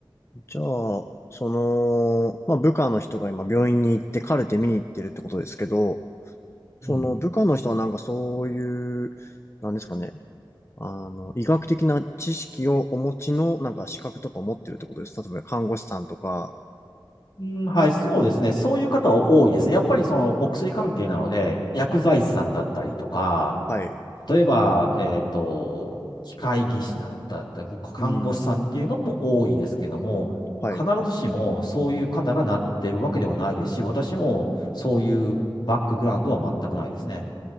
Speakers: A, on the left; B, on the left.
A: じゃあ、その、まあ、部下の人が今病院に行ってカルテ見に行ってるってことですけど、
B: うん。
A: その部下の人はなんかそういう、なんですかね、あの、医学的な知識をお持ちのなんか資格とかを持ってるってことです。例えば看護師さんとか、
B: うん、はい、そうですね。そういう方は多いですね。やっぱりそのお薬関係なので、薬剤師さんだったりとか、
A: はい。
B: 例えば、えっと、機械技師だ、だったり、もう看護師さんっていうのも多いですけども、
A: うん、はい。
B: 必ずしもそういう方がなってるわけではないですし、私もそういうバックグラウンドは全くないですね。